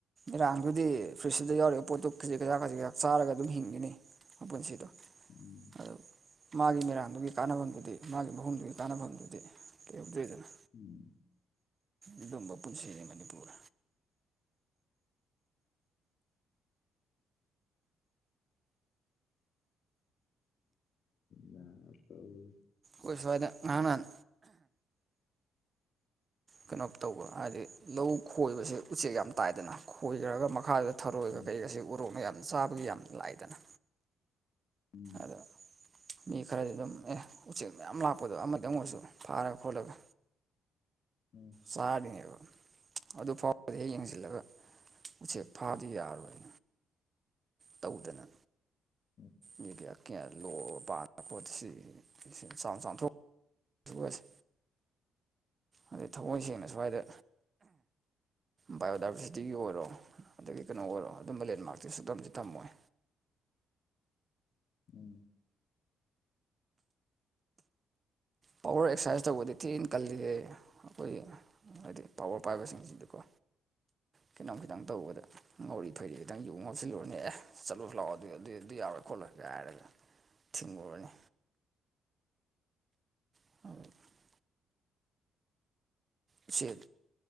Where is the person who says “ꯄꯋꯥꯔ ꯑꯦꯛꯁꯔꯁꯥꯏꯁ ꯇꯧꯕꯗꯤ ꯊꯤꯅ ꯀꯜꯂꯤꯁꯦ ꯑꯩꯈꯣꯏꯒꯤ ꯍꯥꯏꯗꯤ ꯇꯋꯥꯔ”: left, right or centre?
Right